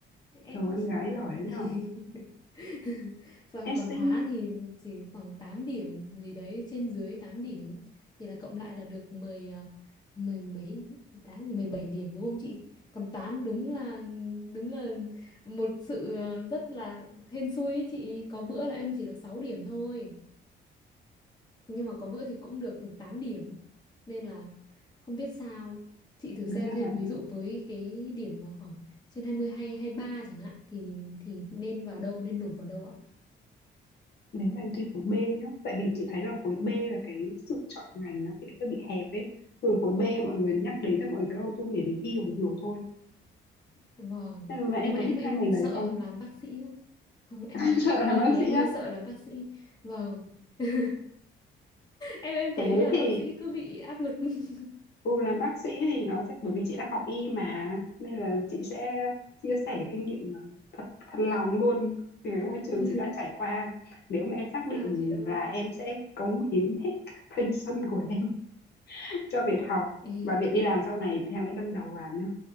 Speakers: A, on the left (about 20°); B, on the left (about 55°).
A: em
B: Trời ơi, em
A: chị
B: gái
A: mà
B: giỏi đấy
A: <laughs>
B: nhở.
A: Xong
B: Ép
A: còn
B: sinh,
A: hóa thì chỉ khoảng 8 điểm gì đấy trên dưới tám điểm thì là cộng lại là được 10 ờ, mười mấy tám 17 điểm đúng không chị? Còn toán đúng là đúng là một sự ờ, rất là hên xui ý chị, có bữa là em chỉ được 6 điểm thôi nhưng mà có bữa thì cũng được tám điểm nên là không biết sao chị thử
B: người
A: xem
B: ta
A: xem
B: bảo
A: ví
B: là
A: dụ với cái điểm mà khoảng trên 20 hay 23 chẳng hạn thì thì nên vào đâu nên nộp vào đâu ạ
B: nếu mà em thi khối B nhá tại vì chị thấy là khối B là cái sự chọn ngành nó bị hơi bị hẹp ấy thường khối B mọi
A: Ừ.
B: người nhắc đến là mọi người cứ auto nghĩ đến y hoặc dược thôi
A: vâng
B: nên là em
A: nhưng mà
B: có
A: em
B: thích
A: em
B: hai ngành đấy
A: sợ
B: không
A: làm bác sĩ lắm không em
B: <laughs> sợ làm
A: y
B: bác
A: thì em
B: sĩ á
A: hơi sợ làm bác sĩ vâng <laughs> em em thấy
B: thế
A: là
B: thì
A: bác sĩ cứ bị áp lực <laughs>
B: ừ làm bác sĩ thì nó sẽ bởi vì chị đã học y mà nên là chị sẽ chia sẻ kinh nghiệm mà thật thật lòng luôn vì cái
A: nên
B: môi
A: là
B: trường
A: <laughs>
B: chị đang trải qua nếu mà em xác
A: sao
B: định
A: chị ơi
B: là em sẽ cống hiến hết cả thanh xuân của em <laughs> cho việc học
A: Ê,
B: và việc đi làm sau này thì em hãy đâm đầu vào nhá